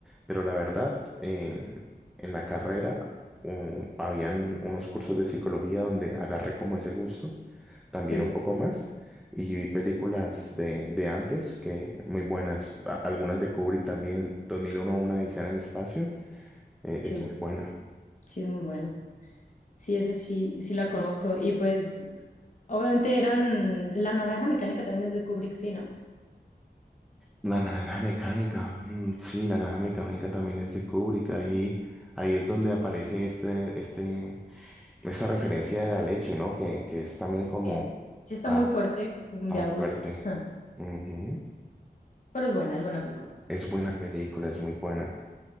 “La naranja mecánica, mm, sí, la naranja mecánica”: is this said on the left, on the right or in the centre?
Centre